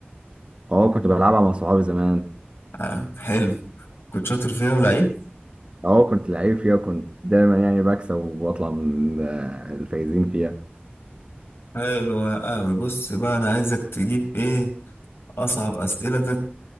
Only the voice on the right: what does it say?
اه كنت بلعبها مع صحابي زمان
اه كنت لعيب فيها كنت دايما يعني بكسب وبطلع من آه، الفايزين فيها